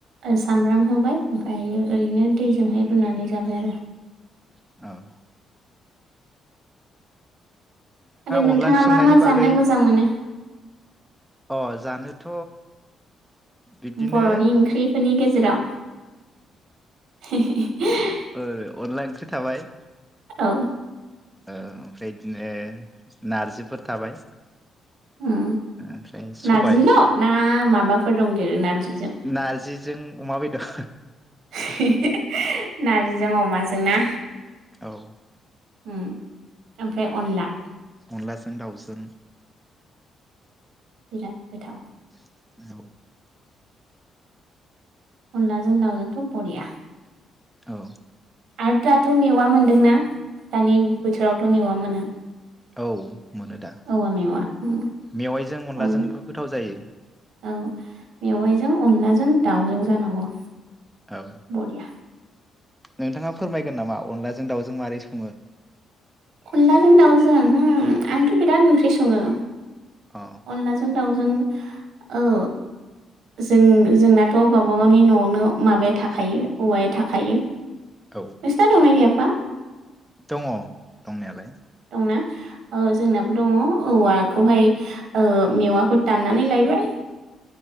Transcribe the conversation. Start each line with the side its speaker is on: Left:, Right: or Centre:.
Right: ओ सामब्राम होबाय ओमफाय ओरैनो दैजोंहाय रुनानै जाबाय आरो।
Centre: औ
Right: आरो नोंथाङा
Centre: अनला ओंख्रि संनायनि
Right: मा मा
Centre: बागै
Right: जानो मोजां मोनो <inaudible>
Centre: अ जानोथ बिब्दिनो
Right: बरनि ओंख्रिफोरनि गेजेराव <unintelligible>
Centre: ओ अनला ओंख्रि थाबाय
Right: औ
Centre: ओ ओमफ्राय बिदिनो नारजिफोर थाबाय
Right: ओम
Centre: ओमफ्राय सबाय
Right: नारजिल ना माबाफोर दंदेरो नारजिजों?
Centre: नारजिजों अमा बेदर
Right: <unintelligible> नारजिजों अमाजों ना
Centre: औ
Right: ओम आमफ्राय अनला
Centre: अनला जों दाउजों
Right: बिराद गोथाव
Centre: <unintelligible>
Right: अनलाजों दाउजोंथ बरिया
Centre: औ
Right: आरो दाथ मेवा मोनदोंना दानि बोथोरावथ मेवा मोनो
Centre: औ मोनो दा
Right: औवा मेवा उम
Centre: मेवाइजों अनलाजोंबो
Right: अन
Centre: गोथाव जायो
Right: औ मेवाइजों अनलाजों दाउजों जानांगौ
Centre: औ
Right: बरिया
Centre: नोंथाङा फोरमायगोन नामा अनलाजों दाउजों मारै सङो?
Right: अनलाजों दाउजों होम आंथ बिराद ओंख्रि बे सङो
Centre: अ
Right: अनलाजों दाउ जों औ जों-जोंनाथ गावबा गावनि नआवनो माबाया थाखायो औवाया थाखायो नोंसिनाव
Centre: औ
Right: दंना गैया आफा
Centre: दङ दंनायालाय
Right: दंना औ जोंनाबो दङ औवाखौहाय मेवाखौ दाननानै लायबाय